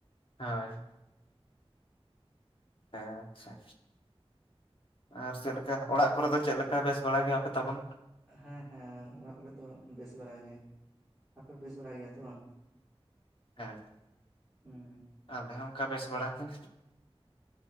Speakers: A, on the left; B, in the centre.
A: ᱦᱳᱭ᱾ ᱟᱪᱪᱷᱟ ᱟᱨ ᱪᱮᱞ ᱡᱟ ᱚᱲᱟᱜ ᱠᱚᱨᱮ ᱫᱚ ᱪᱮᱫ ᱞᱮᱠᱟ ᱵᱮᱥ ᱵᱟᱲᱟ ᱜᱮᱭᱟ ᱯᱮ ᱛᱟᱵᱚᱱ?
B: ᱦᱮᱸ ᱦᱮᱸ, ᱚᱲᱟᱜ ᱨᱮ ᱫᱚ ᱵᱮᱥ ᱵᱟᱲᱟᱜ ᱜᱮ᱾ ᱟᱯᱮ ᱵᱮᱥ ᱵᱟᱲᱟᱭ ᱜᱮᱭᱟ ᱛᱚ ᱵᱟᱝ?
A: ᱦᱮᱸ᱾
B: ᱦᱮᱸ᱾
A: ᱟᱞᱮ ᱦᱚᱸ ᱚᱱᱠᱟ ᱵᱮᱥ ᱵᱟᱲᱟ ᱜᱮ᱾